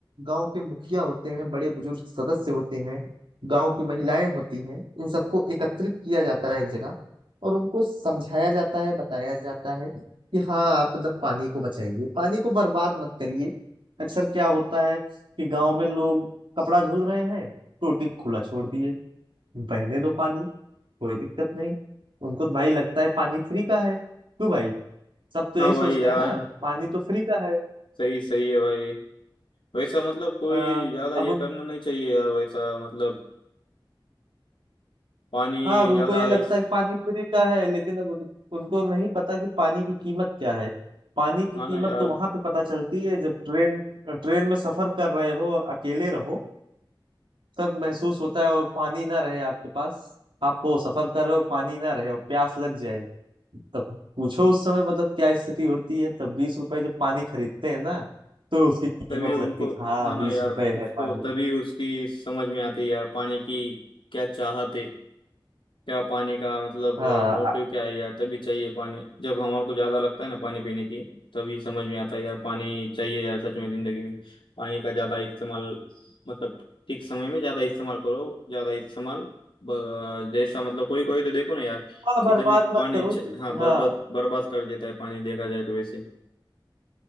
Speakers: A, on the right; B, on the left.
A: गांव के मुखिया होते हैं बड़े बुजुर्ग सदस्य होते हैं गांव की महिलाएं होती हैं इन सबको एकत्रित किया जाता है एक जगह और उनको समझाया जाता है बताया जाता है कि हाँ आप मतलब पानी को बचाइए पानी को बर्बाद मत करिए अक्सर क्या होता है कि गांव में लोग कपड़ा धुल रहे हैं टोटी खुला छोड़ दिए बहने दो पानी कोई दिक्कत नहीं उनको तो भाई लगता है पानी फ्री का है क्यों भाई सब तो
B: हाँ
A: यही सोचते
B: भाई यार
A: हैं ना पानी तो फ्री का है
B: सही सही है भाई वैसा मतलब कोई
A: आ,
B: ज्यादा ये
A: अब उन
B: करना नहीं चाहिए यार वैसा मतलब पानी
A: हाँ अब उनको
B: ज्यादा
A: ये लगता
B: इस
A: है कि पानी फ्री का है लेकिन अब उन, उनको नहीं पता कि पानी की कीमत क्या है पानी की
B: हाँ
A: कीमत
B: ना यार
A: तो वहां पे पता चलती है जब ट्रेन ट्रेन में सफर कर रहे हो और अकेले रहो तब महसूस होता है और पानी ना रहे आपके पास आप हो सफर कर रहे हो पानी ना रहे और प्यास लग जाए तब पूछो उस समय मतलब क्या स्थिति होती है तब बीस रुपए जब पानी खरीदते हैं ना तो उसकी कीमत
B: तभी उनको
A: लगती कि हाँ
B: हाँ ना
A: बीस
B: यार
A: रुपए
B: उसको
A: है पानी
B: तभी उसकी समझ में आती है यार पानी की क्या चाहत है क्या पानी का मतलब
A: हाँ
B: मोटिव
A: अ-
B: क्या है यार तभी चाहिए पानी जब हमारे को ज्यादा लगता है ना पानी पीने की तभी समझ में आता है यार पानी चाहिए यार सच में जिंदगी में पानी का ज्यादा इस्तेमाल मतलब ठीक समय में ज्यादा इस्तेमाल करो ज्यादा इस्तेमाल ब- जैसा मतलब कोई कोई तो देखो ना यार
A: हाँ
B: किधर
A: बर्बाद
B: भी पानी
A: मत करो
B: च-
A: तो-
B: हाँ बर्बाद
A: हाँ
B: बर्बाद कर देता है पानी देखा जाए तो वैसे